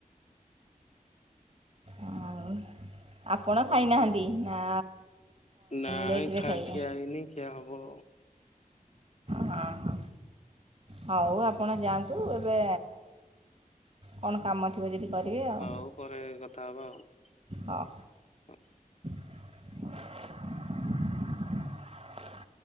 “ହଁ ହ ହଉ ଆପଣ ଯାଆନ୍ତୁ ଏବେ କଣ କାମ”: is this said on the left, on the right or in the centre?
Right